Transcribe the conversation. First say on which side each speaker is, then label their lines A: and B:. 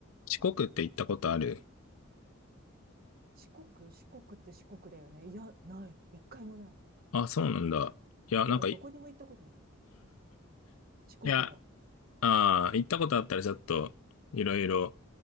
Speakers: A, on the left; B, on the right.
A: 四国って行ったことある
B: 四国、四国って四国だよね。いや、ない。一回もない。
A: あ、そうなんだ。いや、
B: てか、
A: なんかい、
B: どこにも行ったことない。
A: <laughs>
B: 四国の。
A: いや、ああ、行ったことあったらちょっと、いろいろ